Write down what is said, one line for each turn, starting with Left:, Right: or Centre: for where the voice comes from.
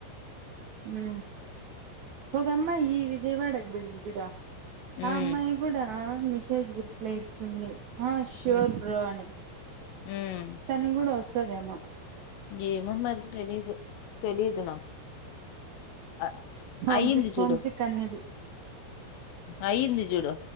Right: హ ఒక అమ్మా ఈ విజయవాడకి పోయేది చూడు
Left: మ్మ్
Right: ఆ అమ్మాయి కూడా మిసేజ్ కీ రిప్లయ్ ఇచ్చింది ఆ ష్యూర్
Left: మ్మ్
Right: బ్రో అని
Left: మ్మ్
Right: తను కూడా వస్తుందేమో
Left: ఏమో మరి తెలీదు తెలిదు నాకు అ-
Right: హోంసిక్
Left: అయ్యింది
Right: హోంసిక్
Left: చూడు
Right: అనేది
Left: ఆయింది జూడు